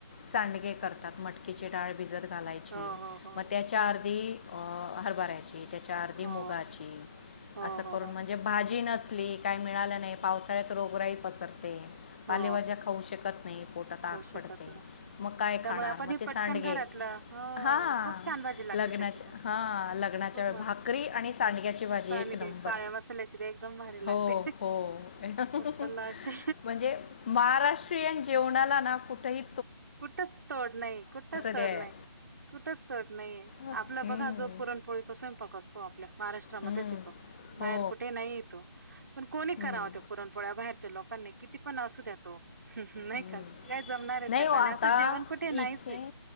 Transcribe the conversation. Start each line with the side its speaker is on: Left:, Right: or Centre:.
Left: सांडगे करतात मटकीची डाळ भिजत घालायची
Right: हो हो हो
Left: मग त्याच्या आधी ह अ हरभऱ्याची त्याच्या अर्धी
Right: हो
Left: मुगाची
Right: हो
Left: असं
Right: हो
Left: करून
Right: हो
Left: म्हणजे भाजी न हे काय मिळालं नाही पावसाळ्यात रोगराई पसरते ते पालेभाज्या
Right: हो
Left: खाऊ शकत नाही. पोटात आग
Right: खाऊ शकत
Left: पडते
Right: ना
Left: मग काय
Right: त्यामुळे
Left: खाणार
Right: आपण
Left: मग
Right: हे
Left: ते
Right: पटकन
Left: सांडगे.
Right: घरातलं हो
Left: हा
Right: खूप छान भाजी लागते
Left: लग्नाच्या
Right: त्याची पण
Left: हा लग्नाच्या
Right: खूप
Left: वेळी
Right: मस्त.
Left: भाकरी आणि सांडग्याची भाजी
Right: सांडगे
Left: एक नंबर.
Right: काळ्या मसाल्याची ते एकदम भारी
Left: हो
Right: लागते
Left: हो <inaudible>
Right: मस्त लागते.
Left: म्हणजे. महाराष्ट्रीयन जेवणाला ना कु तेही
Right: कुठच तोड नाही कुठच तोड
Left: द्या
Right: नाही कुठच तोड नाहीये.
Left: हम्म,
Right: आपला बघा जो पुरणपोळीचा स्वयंपाक असतो आपल्या महाराष्ट्रामध्येच
Left: हम्म,
Right: येतो
Left: हो
Right: बाहेर कुठेही नाही येतो पण कोणी
Left: हम्म,
Right: कराव ते पुरणपोळ्या बाहेरच्या लोकांनी किती पण असू दयात ओ. नाही
Left: हम्म.
Right: का? नाय जमणार आहे
Left: नाही
Right: त्यांना
Left: हो आता
Right: आणि असं जेवण कुठे नाहीच
Left: इथे
Right: आहे